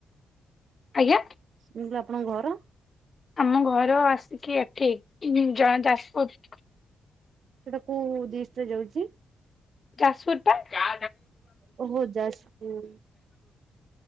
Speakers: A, on the left; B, on the right.
A: ଆଜ୍ଞା?
B: ମୁଁ <unintelligible> ଆପଣଙ୍କ ଘର?
A: ଆମ ଘର ଆସିକି ଏଠି ଯା-ଯାଜପୁର।
B: ସେଟା କୋଉ ଡିଷ୍ଟରେ ଯାଉଚି?
A: ଯାଜପୁରଟା। ଆ
B: ଓହୋ ଯାଜପୁର